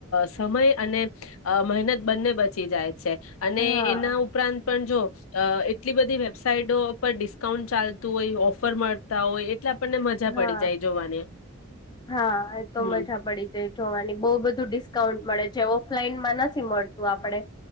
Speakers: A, on the left (about 80°); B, on the left (about 20°).
A: સમય અને મહેનત બંને બચી જાય છે. અને
B: હા
A: એના ઉપરાંત પણ જો. અ એટલી બધી વેબસાાઈટો પર ડિસ્કાઉન્ટ ચાલતું હોય ઓફર મળતા હોય એટલા આપણને મજા
B: હા
A: પડી જાય જોવાની.
B: હા એ તો
A: હમ
B: મજા પડી જઈ જોવાની બહ બધુ ડી આઉન્ટ મળે જે ઓફલાઈન માં નથી મળત આપણે